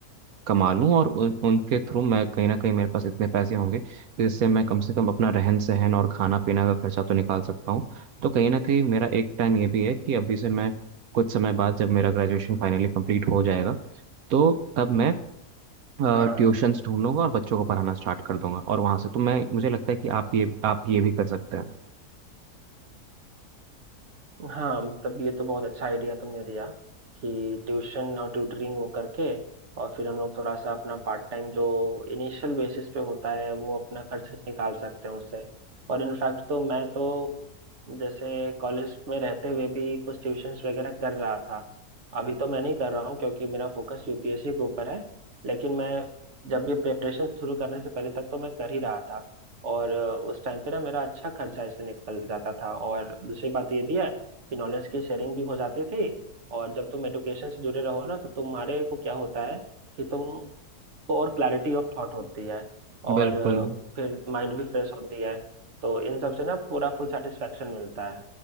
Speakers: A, on the right; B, on the right.
A: कमा लूँ और उन, उनके थ्रू मैं कहीं ना कहीं मेरे पास इतने पैसे होंगे कि जिससे मैं कम से कम अपना रहन सहन और खाना पीना का खर्चा तो निकाल सकता हूँ तो कहीं ना कहीं मेरा एक प्लान ये भी है कि अभी से मैं कुछ समय बाद जब मेरा ग्रेजुएशन फाइनली कंप्लीट हो जाएगा तो तब मैं ट्यूशंस
B: हाँ
A: ढूंढ लूंगा और बच्चों को पढ़ाना स्टार्ट कर दूंगा और वहां से तो मैं मुझे लगता है कि आप ये आप ये भी कर सकते हैं
B: हाँ मतलब ये तो बहुत अच्छा आइडिया तुमने दिया कि ट्यूशन और ट्यूटरिंग वो करके और फिर हम लोग थोड़ा सा अपना पार्ट टाइम जो इनिशियल बेसिस पे होता है वो अपना खर्च निकाल सकते हैं उससे और इनफैक्ट तो मैं तो जैसे कॉलेज में रहते हुए भी कुछ ट्यूशंस वगैरह कर रहा था अभी तो मैं नहीं कर रहा हूँ क्योंकि मेरा फोकस यूपीएससी के ऊपर है लेकिन मैं जब ये प्रिपरेशन शुरू करने से पहले तक तो मैं कर ही रहा था और अ, उस टाइम पे ना मेरा अच्छा खर्चा इससे निकल जाता था और दूसरी बात ये भी है कि नॉलेज की शेयरिंग भी हो जाती थी और जब तुम एडुकेशन से जुड़े रहो ना तो तुम्हारे को क्या होता है कि तुमको और क्लैरिटी ऑफ थॉट होती है और
A: बिल्कुल
B: अ, फिर माइंड भी फ्रेश होती है तो इन सब से ना पूरा फुल सेटिस्फेक्शन मिलता है